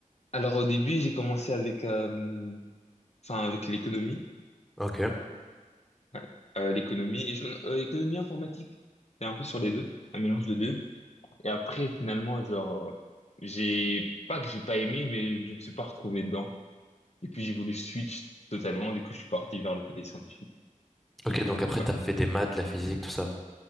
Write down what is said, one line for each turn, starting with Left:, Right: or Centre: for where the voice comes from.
Left: Alors au début, j'ai commencé avec, euh, enfin avec l'économie,
Centre: Ok.
Left: ouais. Euh, l'économie et je, me- euh, économie informatique. C'est un peu sur les deux, un mélange de deux. Et après, finalement, genre, j'ai pas que j'ai pas aimé, mais je me suis pas retrouvé dedans. Et puis j'ai voulu switch totalement. Du coup, je suis parti vers le côté scientifique. Et
Centre: Ok,
Left: euh,
Centre: donc après,
Left: ouais.
Centre: t'as fait des maths, de la physique, tout ça.